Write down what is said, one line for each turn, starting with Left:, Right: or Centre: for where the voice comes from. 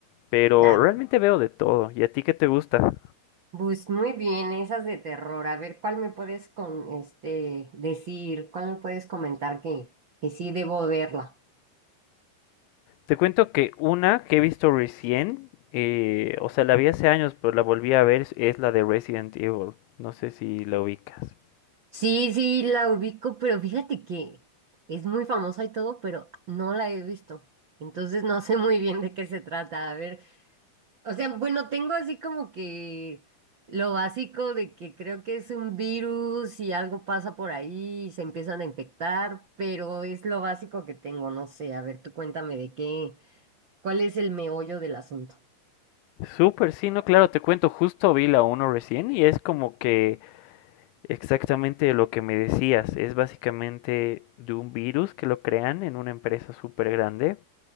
Left: pero
Right: Ah,
Left: realmente veo de todo. ¿Y a ti qué te gusta?
Right: pues muy bien, esas de terror. A ver, ¿cuál me puedes con este decir? ¿Cuál me puedes comentar que, que sí debo verla?
Left: Te cuento que una que he visto recién, eh, o sea, la vi hace años, pero la volví a ver, es es la de Resident Evil. No sé si la ubicas.
Right: Sí, sí, la ubico, pero fíjate que es muy famosa y todo, pero no la he visto. Entonces no sé muy bien de qué se trata. A ver, o sea, bueno, tengo así como que lo básico de que creo que es un virus y algo pasa por ahí y se empiezan a infectar, pero es lo básico que tengo, no sé. A ver, tú cuéntame de qué, cuál es el meollo del asunto.
Left: Súper, sí, no, claro, te cuento, justo vi la uno recién y es como que exactamente lo que me decías, es básicamente de un virus que lo crean en una empresa súper grande